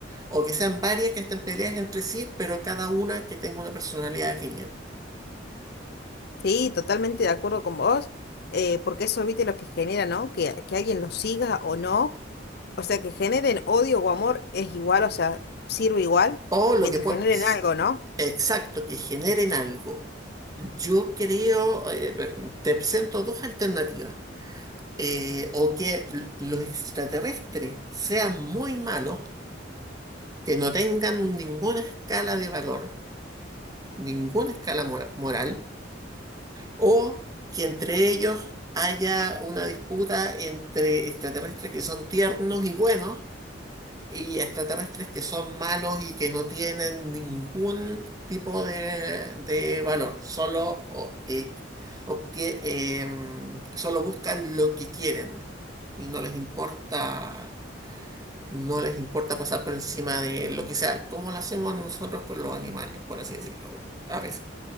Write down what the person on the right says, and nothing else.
o que sean varias que estén peleadas entre sí, pero cada una que tenga una personalidad definida.
O lo
que puede,
exacto, que generen algo. Yo creo, eh, te presento dos alternativas. Eh, o que l- los extraterrestres sean muy malos, que no tengan ninguna escala de valor, ninguna escala mora- moral o que entre ellos haya una disputa entre extraterrestres que son tiernos y buenos y extraterrestres que son malos y que no tienen ningún tipo de, de valor, solo, o- eh, obtie- em, solo buscan lo que quieren y no les importa. No les importa pasar por encima de lo que sea, como lo hacemos nosotros con los animales, por así decirlo, a veces.